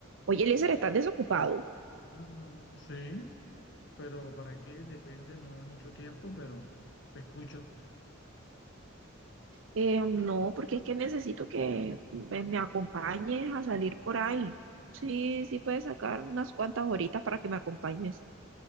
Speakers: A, on the right (about 65°); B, on the left (about 60°).
A: Oye, Eliezer, ¿estás desocupado?
B: Mm, Sí, pero ¿para qué? Depende, no mucho tiempo, pero te escucho.
A: Eh, no, porque es que necesito que me, me acompañes a salir por ahí. Sí, sí puedes sacar unas cuantas horitas para que me acompañes.